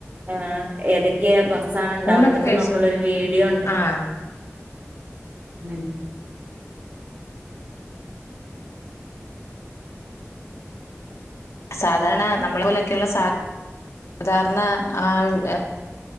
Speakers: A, on the right; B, on the left.
A: ആഹ് എത ക്കെ ബസ്സാണ് ണ്ടാവണത്
B: ഊണൊക്കെ കഴിച്ച്
A: ന്നൊക്കെള്ളൊരു വീഡിയോ ണ്ട്.
B: ആഹ്
A: ഉം
B: സാധാരണ നമ്മളെ പോലെയൊക്കെയുള്ള സാ സാധാരണ ആ ളുകള്